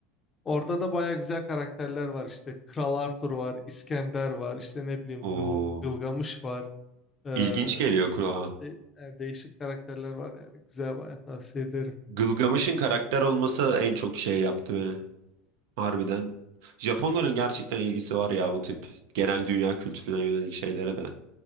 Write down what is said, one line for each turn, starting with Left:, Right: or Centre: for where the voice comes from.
Left: Orada da baya güzel karakterler var işte. Kral Arthur var, İskender var, işte ne bileyim
Right: O
Left: Gıl Gılgamış var. Ee,
Right: ilginç geliyor kulağa.
Left: de- yani değişik karakterler var yani. Güzel baya tavsiye ederim.
Right: Gılgamış'ın karakter olması en çok şey yaptı beni. Harbiden. Japonların gerçekten ilgisi var ya bu tip genel dünya kültürüne yönelik şeylere de.